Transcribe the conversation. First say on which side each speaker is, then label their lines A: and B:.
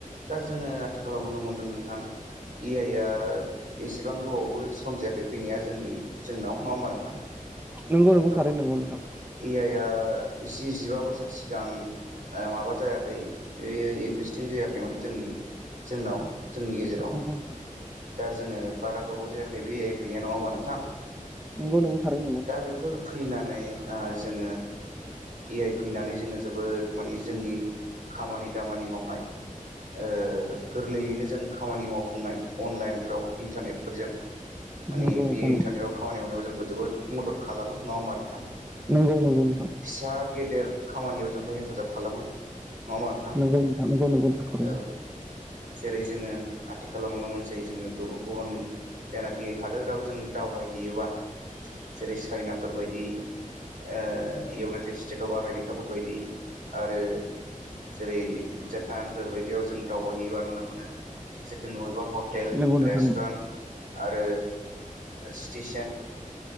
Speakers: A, on the right (about 70°); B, on the right (about 15°).
A: दा जोङो आथिखालाव नुनो मोनदों नोंथां। ए आइ आ एसेबां गोबावबो सम जायाखै फैनाया जोंनि जोंनाव नङा होमबा नोंथां
B: नंगौ नंगौ थारै
A: औ
B: नंगौ नोंथां
A: इ आइ आ जि जिबा बोसोर सि गां माबा जायाखै बे एगजिस्टिं जायाखैमोन जोंनि जोंनाव जोंनि गेजेराव
B: नंगौ नोंथां
A: दा जोङो बारा गोबाव जायाखै ए आइ फैनाया नङा होमब्ला नों
B: नंगौ नंगौ थारैनो नंगौ।
A: बेफोर फैनानै ओ जोङो ए आइ फैनानै जोङो जोबोद माने जोंनि खामानि दामानि मावनाय ओ गोरलैयैनो जों खामानि मावफुंनाय अनलाइनफ्राव इन्टारनेटफोरजों माने
B: नंगौ नंगौ
A: बेयो
B: नोंथां
A: इन्टारनेटआव खामानि मावनायाव जोंखौ जोबोद मदद खालामो नङा होमबा नोंथां।
B: नंगौ नंगौ नोंथां।
A: फिसा गेदेर खामानियाव जोंखौ हेफाजाब खालामो। नङा होमबा नोंथां
B: नंगौ नोंथां नंगौ नंगौ नोंथां थारैनो
A: औ जेरै जोङो आथिखालाव नुनो मोनसै जोङो गुबुन गुबुन जेनाखि हादोराव जों दावबायहैयोबा जेरै चाइनाफोरबायदि ओ इउनाइटेड स्टेट अब आमेरिकाफोरबायदि आरो जेरै जापानफोर बायदियाव जों दावबायहैयोबा नुनो मोनो जों <unintelligible> हटेल
B: नंगौ नोंथां
A: रेस्टुरेन्ट
B: नंगौ
A: आरो स्टेसन